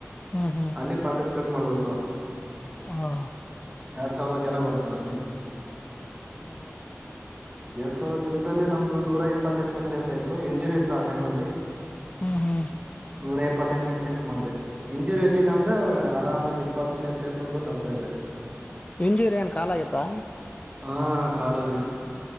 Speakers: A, on the left; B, on the right.
A: ಹಾ ಹಾ
B: ಅಲ್ಲಿ ಪಾರ್ಟಿಸಿಪೇಟ್ ಮಾಡ್ಬೇಕು.
A: ಹಾ
B: ಎರಡು ಸಾವಿರ ಜನ ಬರ್ತಾರೆ ಅಲ್ಲಿ.
A: ಹಾ
B: <unintelligible> ನಮ್ದು ನೂರ ಇಪ್ಪತ್ತೆಂಟನೇ ಪ್ಲೇಸ್ ಆಯ್ತು ಇಂಜುರಿ ಇತ್ತು ಆ ಟೈಮ್ ಅಲ್ಲಿ.
A: ಹ್ಮ ಹಾ
B: ನೂರ ಇಪ್ಪತ್ತೆಂಟನೇ ಪ್ಲೇಸ್ ಮಾಡದೆ. ಇಂಜೂರಿ ಇರ್ಲಿಲ್ಲ ಅಂದ್ರೆ ಆರಾಮಾಗಿ ಇಪ್ಪತ್ತನೇ ಪ್ಲೇಸ್ ವರೆಗೂ ತರ್ತಾ ಇದೆ.
A: ಇಂಜೂರಿ ಏನ್ ಕಾಲ ಆಗಿತ್ತಾ.
B: ಹಾ ಕಾಲಲೇ